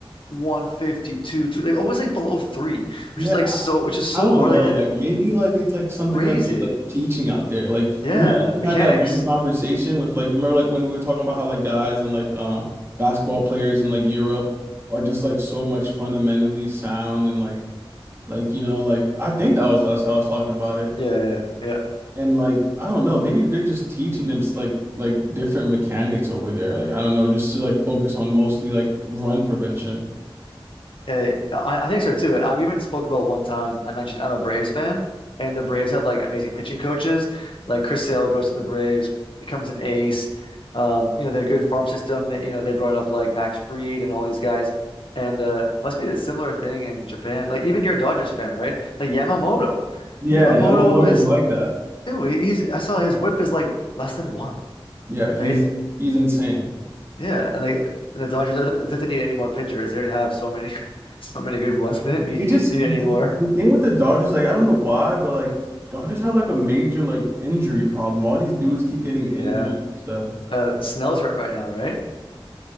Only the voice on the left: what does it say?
152, two, like always like below three,
which is like
so, which is so
hard,
like uh,
crazy.
Yeah,
mechanics.
Yeah, yeah, yeah.
Eh, I, I think so too. I, we even spoke about one time. I mentioned I'm a Braves fan, and the Braves have like amazing pitching coaches. Like Chris Sale goes to the Braves, becomes an ace. Um, you know, they have a good farm system. They, you know, they brought up like Max Fried and all these guys. And uh, must be a similar thing in Japan. Like even you're a Dodgers fan, right? Like Yamamoto.
Yamamoto
is
Ew, he- he's I saw his whip is like less than one,
right?
Yeah, and like the Dodgers as if they need any more pitchers. They already have so many <laughs> so many good ones. <laughs> They didn't need,
need
any more.
Yeah.
Uh Snell's hurt right now, right?